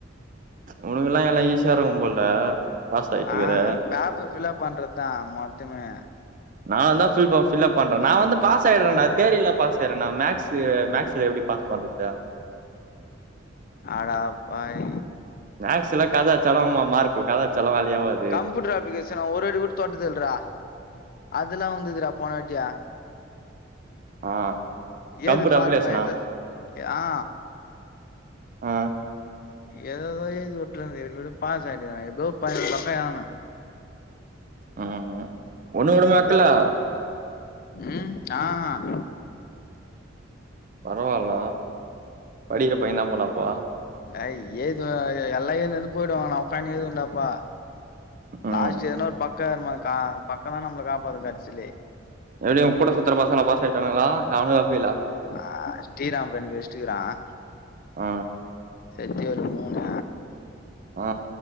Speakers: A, on the right; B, on the left.
A: உனக்குலாம் எல்லாம் எல்லாம் ஈஸியா இருக்கும் போல பாஸ் ஆயிட்டு இருக்கிற
B: ஆ பேப்பர் ஃபில்லப் பண்றத்தான் மொத்தமே
A: நா வந்தா ஃபில் ப ஃபில்லப் பண்றே நா வந்து பாஸ் ஆய்ட்றேன்டா தியரில பாஸ் செரி நா மேக்ஸ் மேக்ஸ்ல எப்டி பாஸ் பண்றதுடா
B: அட பாய்
A: மேக்ஸ்லா கத அச்சாலும் ம ம மார்க் கத அச்சாலும் வேலியாவாது
B: கம்ப்யூட்ரு அப்ளிகேஷன் நா ஒரு வாட்டி கூட தொட்டுதுல்றா அதெல்லாம் வந்துதுடா போனவட்டியா
A: ஆ கம்ப்யூட்டர்
B: ஏது பாருமல
A: அப்ளிகேஷனா
B: ஏத்த எ ஆ
A: ஆ
B: ஏததோ ஏழுது வுட்டுறந் எப்டியோ பாஸா இல்லையானு எவ்ளோ பக் பக்கொ எழுதுன
A: உம் ஒன்னு வுட மாக்ளா
B: ம் நா ஹ
A: பரவால்டா படிக்கற பையனப் போலப்பா
B: டேய் எழ்துவ எல்லாம் எழ்ந்து எழ்ந்து போயிடுவாங்க நா உக்காந்து எழ்துவேன்டா ப்பா
A: ம்
B: லாஸ்ட் எதனா ஒரு பக்கொ இரு கா பக்கொ தா நம்மள காப்பாத்தும் கடைச்சில்லே
A: எப்டி ஒன் கூட சுத்துற பசங்கல்லா பாஸ் ஆயிட்டாங்களா இல்ல அவனுக ஃபேயிலா
B: ஆ ஸ்ரீராம் ரெண்டு வச்சுட்டுகிறான்
A: ஆ
B: சத்திவேல் ஒரு மூணு
A: ஆ